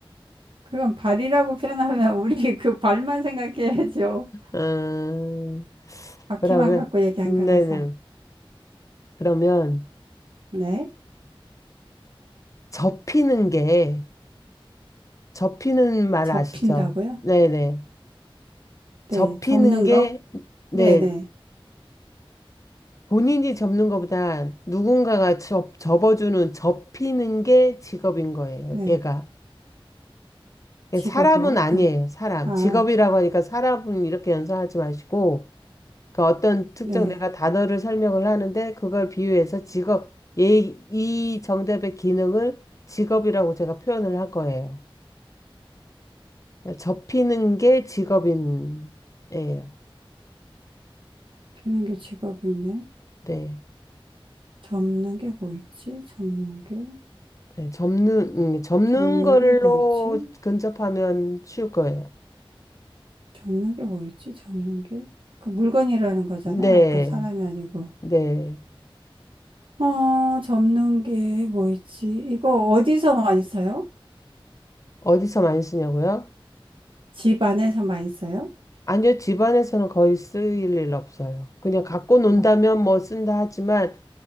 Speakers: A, on the right; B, on the left.
A: 그건 발이라고 표현하면 우리 <laughs> 그 발만 생각해야죠.
B: 음,
A: 바퀴만
B: 그러면,
A: 갖고 얘기한
B: 네네.
A: 거라서.
B: 그러면,
A: 네,
B: 접히는 게, 접히는 말
A: 접힌다고요?
B: 아시죠? 네네.
A: 네,
B: 접히는
A: 접는
B: 게,
A: 거?
B: 네,
A: 네네.
B: 본인이 접는 것보다 누군가가 접, 접어주는, 접히는 게 직업인 거예요,
A: 네.
B: 얘가.
A: 직업이요?
B: 얘 사람은 아니에요,
A: 그럼,
B: 사람.
A: 아,
B: 직업이라고 하니까 사람은 이렇게 연상하지 마시고, 그러니까 어떤 특정
A: 네.
B: 내가 단어를 설명을 하는데, 그걸 비유해서 직업, 얘, 이 정답의 기능을 직업이라고 제가 표현을 할 거예요. 그러니까 접히는 게 직업인, 예요.
A: 펴는 게 직업이네.
B: 네.
A: 접는 게 뭐 있지? 접는 게,
B: 네, 접는, 음, 접는
A: 접는
B: 걸로
A: 게 뭐 있지?
B: 근접하면 쉬울 거예요.
A: 접는 게 뭐 있지? 접는 게. 그 물건이라는 거잖아요.
B: 네.
A: 아까 사람이 아니고.
B: 네.
A: 어, 접는 게 뭐 있지? 이거 어디서 많이 써요?
B: 어디서 많이 쓰냐고요?
A: 집 안에서 많이 써요?
B: 아니요, 집안에서는 거의 쓸 일 없어요. 그냥 갖고 논다면
A: 밖-
B: 뭐 쓴다 하지만